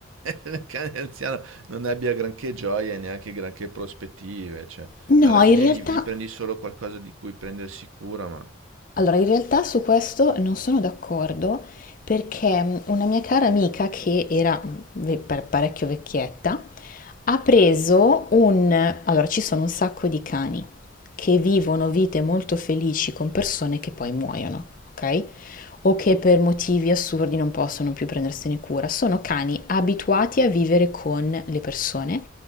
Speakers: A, on the right; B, on the left.
A: <laughs> il cane anziano non abbia granché gioia e neanche granché prospettive, cioè,
B: No,
A: alla fine
B: in realtà,
A: gli, gli prendi solo qualcosa di cui prendersi cura, ma...
B: allora, in realtà su questo non sono d'accordo perché mm, una mia cara amica che era mh, ve- parecchio vecchietta, Ha preso un... Allora, ci sono un sacco di cani che vivono vite molto felici con persone che poi muoiono, ok? O che per motivi assurdi non possono più prendersene cura. Sono cani abituati a vivere con le persone,